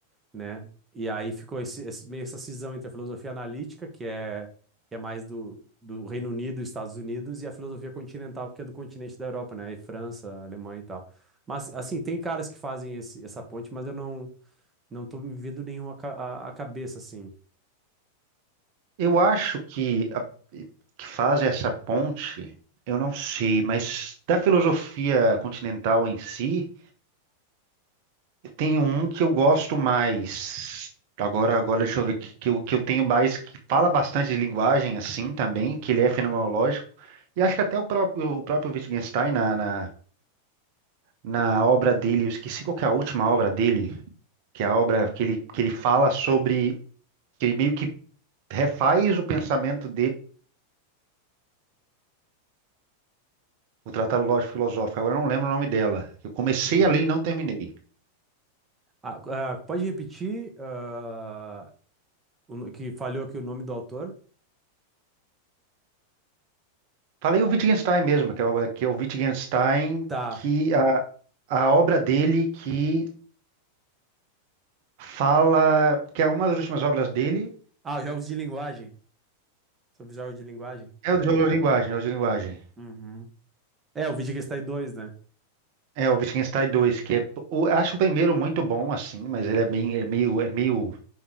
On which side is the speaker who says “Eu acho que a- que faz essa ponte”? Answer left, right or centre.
Right